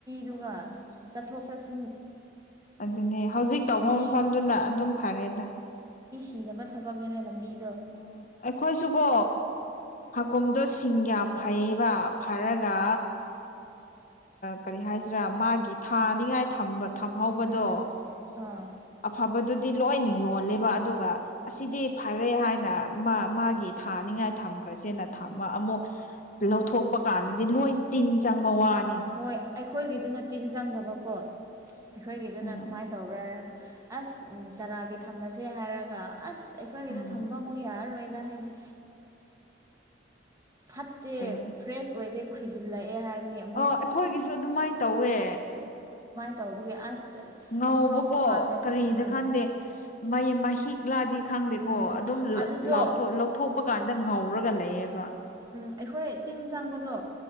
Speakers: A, on the right; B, on the left.
A: ꯗꯨꯒ
B: ꯑꯣ
A: ꯆꯠꯊꯣꯛ ꯆꯠꯁꯤ
B: ꯑꯗꯨꯅꯦ ꯍꯧꯖꯤꯛ ꯇꯧꯕ
A: ꯃꯤ
B: ꯃꯐꯝꯗꯨꯅ ꯑꯗꯨꯝ ꯐꯔꯦꯗ
A: ꯊꯤꯅꯕ ꯊꯕꯛꯅꯦꯅ ꯂꯝꯕꯤ
B: ꯎ ꯑꯩꯈꯣꯏꯁꯨꯀꯣ ꯍꯒꯨꯝꯗꯣ ꯁꯤꯡ ꯌꯥꯝ ꯐꯩꯌꯦ ꯐꯔꯒ ꯀꯔꯤ ꯍꯥꯏꯁꯤꯔꯥ ꯃꯥꯒꯤ ꯊꯥꯅꯤꯉꯥꯏ ꯊꯝꯍꯧꯕꯗꯣ
A: ꯎꯝ ꯎꯝ ꯑ
B: ꯑꯐꯕꯗꯨꯗꯤ ꯂꯣꯏꯅ ꯌꯣꯜꯂꯦꯕ ꯑꯗꯨꯒ ꯑꯁꯤꯗꯤ ꯐꯔꯦ ꯍꯥꯏꯅ ꯃꯥ ꯃꯥꯒꯤ ꯊꯥꯅꯤꯡꯉꯥꯏ ꯊꯝꯈ꯭ꯔꯁꯦꯅ ꯊꯃ ꯑꯃꯨꯛ ꯂꯧꯊꯣꯛꯄ ꯀꯥꯟꯗꯗꯤ ꯂꯣꯏ ꯇꯤꯟ ꯆꯪꯕ ꯋꯥꯏ
A: ꯍꯣꯏ ꯑꯩꯈꯣꯏꯒꯤꯗꯨꯅ ꯇꯤꯟ ꯆꯪꯗꯕꯀꯣ ꯑꯩꯈꯣꯏꯒꯤꯗꯨꯅ
B: ꯎꯝ
A: ꯀꯃꯥꯏꯅ ꯇꯧꯕ꯭ꯔꯥ ꯍꯥꯏꯔꯒ ꯑꯁ ꯎ ꯆꯥꯔꯥꯒꯤ ꯊꯝꯃꯁꯦ ꯍꯥꯏꯔꯒ ꯑꯁ ꯑꯩꯈꯣꯏꯒꯤꯗ
B: ꯎꯝ
A: ꯊꯝꯕ ꯑꯃꯨꯛ ꯌꯥꯔꯔꯣꯏ ꯍꯥꯏꯗꯤ ꯐꯠꯇꯦ
B: ꯀꯔꯤ
A: ꯐ꯭ꯔꯦꯁ ꯑꯣꯏꯗꯦ ꯈꯣꯏꯏꯖꯤꯜꯂꯛꯑꯦ ꯍꯥꯏꯕꯒꯤ ꯑꯃ
B: ꯑ ꯑꯩꯈꯣꯏꯒꯤꯁꯨ ꯑꯗꯨꯃꯥꯏꯅ ꯇꯧꯋꯦ
A: ꯇꯧꯕꯒꯤꯦ ꯑꯁ
B: ꯉꯧꯕꯀꯣ
A: ꯑꯃꯨꯛ ꯍꯧꯕ ꯀꯥꯟꯗꯗꯤ
B: ꯀꯔꯤꯗ
A: ꯎꯝ
B: ꯈꯥꯟꯗꯦ ꯃꯍꯤꯛꯂꯥꯗꯤ ꯈꯪꯗꯦꯀꯣ
A: ꯎꯝ
B: ꯑꯗꯨꯝꯊ
A: ꯑꯗꯨꯗꯣ
B: ꯂꯧꯊꯣꯛꯄ ꯀꯥꯟꯗ ꯉꯧꯔꯒ ꯂꯩꯌꯦꯕ
A: ꯎꯝ ꯑꯩꯈꯣꯏ ꯇꯤꯟ ꯆꯪꯕꯗꯣ